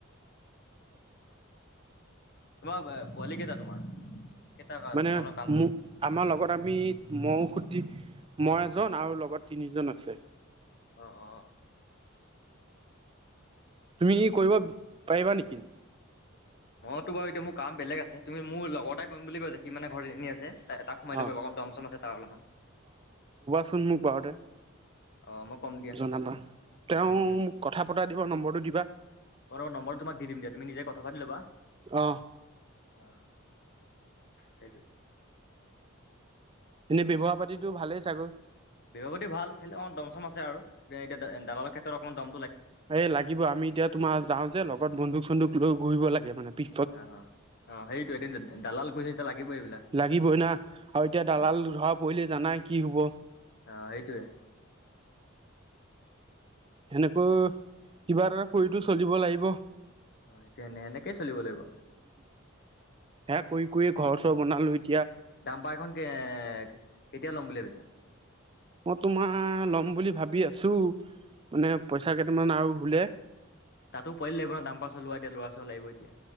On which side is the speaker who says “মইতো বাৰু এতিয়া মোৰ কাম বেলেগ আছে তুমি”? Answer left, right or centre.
Left